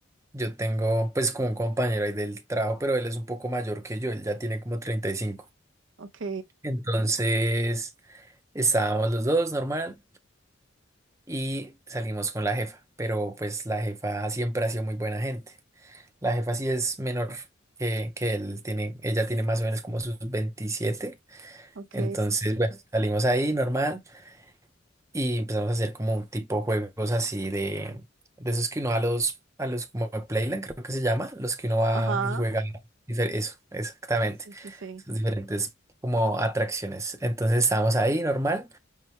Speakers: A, on the right; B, on the right.
A: yo tengo pues como un compañero ahí del trabajo, pero él es un poco mayor que yo, él ya tiene como 35.
B: Ok,
A: Entonces estábamos los dos normal y salimos con la jefa, pero pues la jefa siempre ha sido muy buena gente. La jefa sí es menor que, que él, tiene, ella tiene más o menos como sus 27.
B: ok,
A: Entonces, bueno, salimos ahí normal y empezamos a hacer como un tipo juegos así de, de esos que uno va a los, a los como a Playland, creo que se llama, los que uno va
B: ajá,
A: y juega. difer- Eso, exactamente.
B: sí, sí, sí.
A: Esas diferentes como atracciones. Entonces estábamos ahí normal